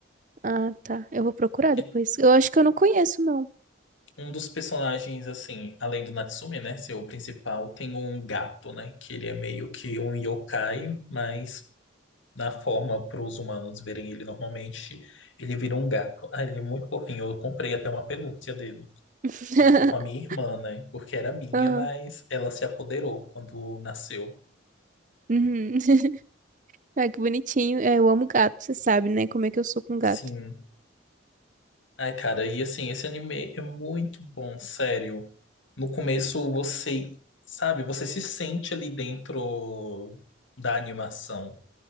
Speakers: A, on the right (about 40°); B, on the left (about 80°).
A: Ah, tá. Eu vou procurar
B: que
A: depois. Eu acho que eu não conheço, não.
B: um dos personagens, assim, além do Natsume, né, ser o principal, tem um gato, né, que ele é meio que um yokai, mas na forma para os humanos verem ele normalmente, ele vira um gato. Ah, ele é muito fofinho, eu comprei até uma pelúcia dele,
A: <laughs>
B: que ficou com a minha irmã, né, porque era minha,
A: Aham.
B: mas ela se apoderou quando nasceu.
A: Uhum. <laughs> Ah, que bonitinho. É, eu amo gato, você sabe, né? Como é que eu sou com gato.
B: Assim, Ai, cara, e assim, esse anime é muito bom, sério. No começo você, sabe, você se sente ali dentro da animação,